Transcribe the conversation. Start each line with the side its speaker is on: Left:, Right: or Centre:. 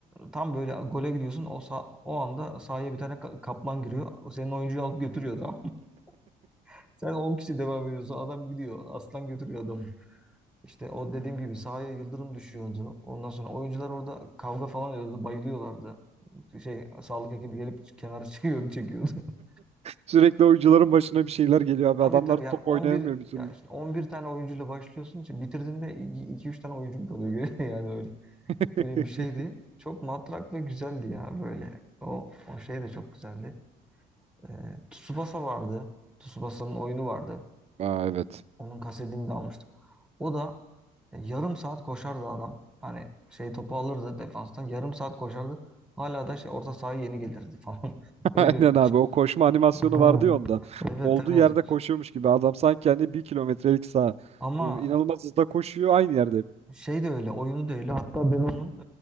Centre: Tam böyle gole gidiyorsun. O sa- o anda sahaya bir tane ka- kaplan giriyor. O Senin oyuncuyu alıp götürüyor tamam. <laughs> Sen 10 kişi devam ediyorsun. Adam gidiyor. Aslan götürüyor adamı. İşte o dediğim gibi sahaya yıldırım düşüyordu. Ondan sonra oyuncular orada kavga falan ediyordu. Bayılıyorlardı. Şey sağlık ekibi gelip kenara çekiyordu, çekiyordu. <laughs>
Right: Sürekli oyuncuların başına bir şeyler geliyor abi.
Centre: Tabii
Right: Adamlar
Centre: tabii
Right: top
Centre: yani on
Right: oynayamıyor
Centre: bir
Right: bir türlü.
Centre: ya işte 11 tane oyuncuyla başlıyorsun. İşte bitirdiğinde iki üç tane oyuncun kalıyor geriye <laughs> yani öyle.
Right: <laughs>
Centre: Öyle bir şeydi. Çok matrak ve güzeldi ya böyle. O, o şey de çok güzeldi. Ee, Tsubasa vardı. Tsubasa'nın oyunu vardı.
Right: Aa evet.
Centre: Onun kasetini de almıştım. O da e, yarım saat koşardı adam. Hani şey topu alırdı defanstan. Yarım saat koşardı. Hala da şey orta sahaya yeni gelirdi falan. <laughs>
Right: <laughs>
Centre: Öyle.
Right: Aynen abi o koşma animasyonu
Centre: Ha,
Right: vardı ya onda.
Centre: evet
Right: Olduğu
Centre: evet.
Right: yerde koşuyormuş gibi adam sanki hani bir kilometrelik saha.
Centre: Ama
Right: O İnanılmaz hızda koşuyor aynı yerde. hep.
Centre: şey de öyle. Oyunu da öyle. Hatta ben onun